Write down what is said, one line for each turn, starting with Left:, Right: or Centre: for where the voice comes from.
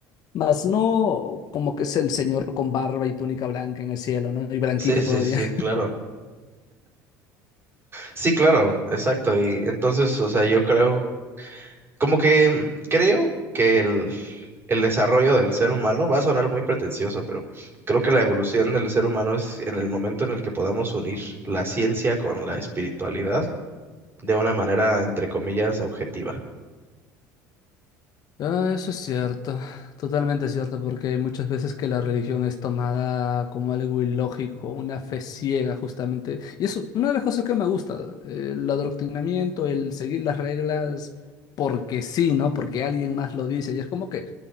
Left: Mas no como que es el Señor con barba y túnica blanca en el cielo, ¿no? Y blanquito
Right: Sí, sí,
Left: todavía.
Right: sí, claro. Sí, claro, exacto. Y entonces, o sea, yo creo, como que mm, creo que el, el desarrollo del ser humano va a sonar muy pretencioso, pero creo que la evolución del ser humano es en el momento en el que podamos unir la ciencia con la espiritualidad de una manera, entre comillas, objetiva.
Left: Ah, eso es cierto, totalmente cierto, porque hay muchas veces que la religión es tomada como algo ilógico, una fe ciega justamente. Y es una de las cosas que me gusta, eh, el adoctrinamiento, el seguir las reglas porque sí, ¿no? Porque alguien más lo dice. Y es como que